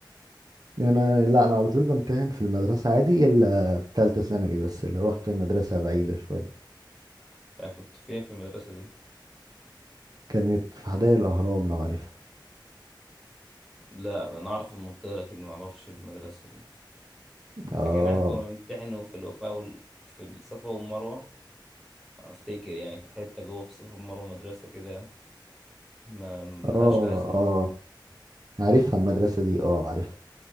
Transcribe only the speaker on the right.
أنا لا أنا على طول بمتحن في المدرسة عادي إلا في تالتة ثانوي بس اللي روحت مدرسة بعيدة شوية
كانت في حدائق الأهرام لو عارفها
آه
آه
آه عارفها المدرسة دي آه عارفها